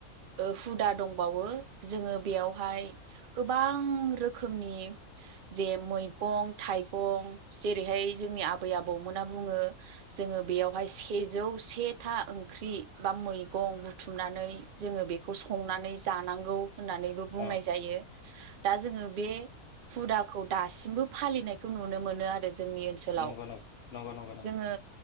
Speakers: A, on the right; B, on the left.
A: ओ हुदा दंबावो जोङो बेयावहाय गोबां रोखोमनि जे मैगं-थाइगं जेरैहाय जोंनि आबै आबौमोना बुङो जोङो बेयावहाय सेजौ से था ओंख्रि बा मैगं बुथुमनानै जोङो बेखौ संनानै जानांगौ होननानैबो बुंनाय
B: औ
A: जायो। दा जोङो बे हुदाखौ दासिमबो फालिनायखौ नुनो मोनो आरो जों- जोंनि ओनसोलाव।
B: नंगौ नंगौ नंगौ नंगौ नंगौ
A: जोङो